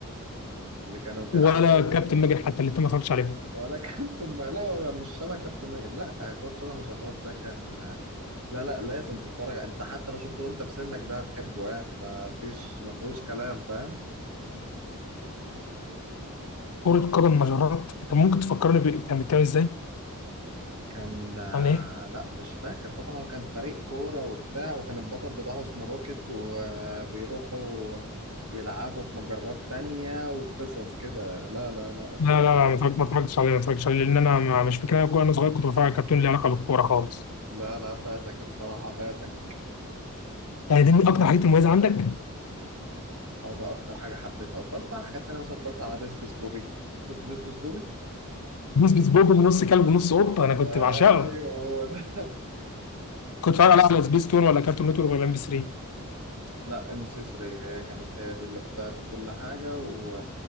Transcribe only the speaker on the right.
اللي كانوا
بيلعبوا
ولا كابتن م... لا هو مش شبه كابتن ماجد لا كرة قدم مجرات ده كان لا لا لازم تتفرج انت حتى لو شفته وانت في سنك ده هتحبه يعني ما فيش ما فيهوش كلام فاهم
كان آه،
لا مش فاكر طبعا هو كان فريق كورة وبتاع وكان البطل بتاعه اسمه روكيت وبيروحوا يلعبوا في مجرات تانية وقصص كده لا لا لا الصراحة
لا لا فاتك الصراحة فاتك
اه ده اكتر حاجه حبيتها واتفرجت بقى على حاجات تانية مثلا اتفرجت على بس بس بوبي شفت بس بس بوبي
ايوه
هو ده <laughs>
لا ام بي سي 3 هي كانت هي دي اللي بتعرض كل حاجه و